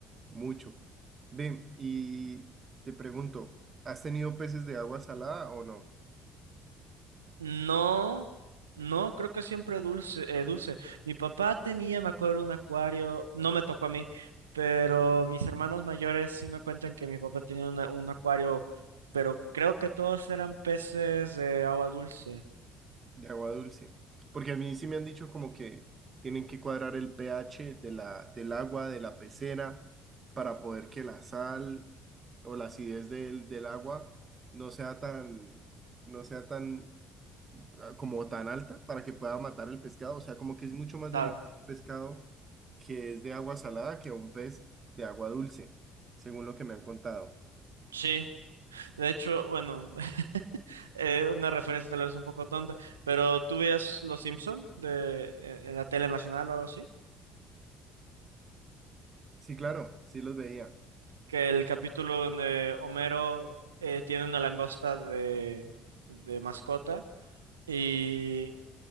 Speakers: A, on the right; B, on the right.
A: mucho. Ven, y te pregunto, ¿has tenido peces de agua salada o no?
B: No, no, creo que siempre dulce, eh, dulce. Mi papá tenía, me acuerdo, un acuario, no me tocó a mí, pero mis hermanos mayores sí me cuentan que mi papá tenía una- un acuario, pero creo que todos eran peces de agua dulce.
A: De agua dulce. Porque a mí sí me han dicho como que tienen que cuadrar el pH de la, del agua, de la pecera, para poder que la sal o la acidez del, del agua no sea tan, no sea tan ah, como tan alta para que pueda matar el pescado. O sea, como que es mucho más
B: Claro,
A: delicado un pescado que es de agua salada que un pez de agua dulce, según lo que me han contado.
B: sí. De hecho, bueno, <laughs> eh, una referencia tal vez un poco tonta, pero ¿tú veías Los Simpson de, en en la tele nacional o algo así?
A: Sí, claro, sí los veía.
B: que el capítulo donde Homero eh, tiene una langosta de, de mascota y